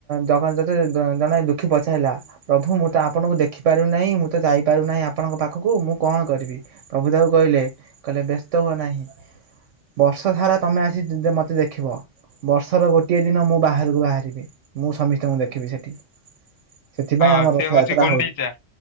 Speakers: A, on the right; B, on the left.
A: ଜଗତେ ଜଣେ ଦୁଃଖୀ ପଚାରଲା ପ୍ରଭୁ ମୁଁ ତ ଆପଣଙ୍କୁ ଦେଖିପାରୁନାହିଁ ମୁଁ ତ ଯାଇପାରୁନାହିଁ ଆପଣଙ୍କ ପାଖକୁ ମୁଁ କଣ କରିବି ପ୍ରଭୁ ତାକୁ କହିଲେ କହିଲେ ବ୍ୟସ୍ତ ହୁଅ ନାହିଁ। ବର୍ଷ ସାରା ତୁମେ ଆସି ମୋତେ ଦେଖିବ ବର୍ଷର ଗୋଟିଏ ଦିନ ମୁଁ ବାହାରକୁ ବାହାରିବି ମୁଁ ସମିସ୍ତିଙ୍କୁ ଦେଖିବି ସେଠି ସେଥିପାଇଁ
B: ହଁ
A: ଆମ
B: ସେ
A: ରଥଯାତ୍ରା
B: ହଉଛି ଗୁଣ୍ଡିଚା